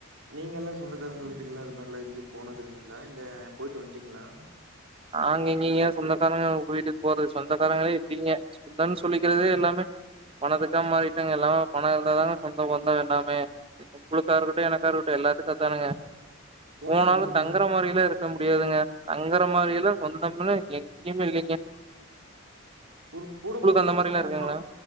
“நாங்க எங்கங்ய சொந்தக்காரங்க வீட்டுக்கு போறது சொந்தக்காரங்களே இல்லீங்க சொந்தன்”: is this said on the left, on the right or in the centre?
Right